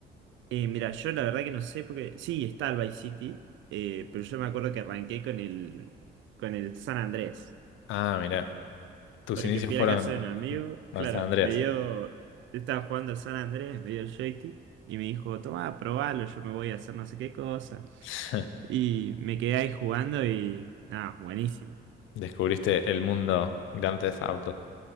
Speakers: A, on the right (about 75°); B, on the left (about 80°).
A: Eh, mira, yo la verdad que no sé porque. Sí, está el Vice City, eh, pero yo me acuerdo que arranqué con el, con el San Andrés.
B: Ah, mirá, tus
A: Porque
B: inicios
A: fui
B: fueron
A: a la casa de un amigo,
B: en
A: claro,
B: San Andreas.
A: me dio. Yo estaba jugando al San Andrés, me dio el joystick y me dijo, tomá, probalo, yo me voy a hacer no sé qué cosa.
B: <laughs>
A: Y me quedé ahí jugando y nada, buenísimo.
B: Descubriste el mundo Grand Theft Auto.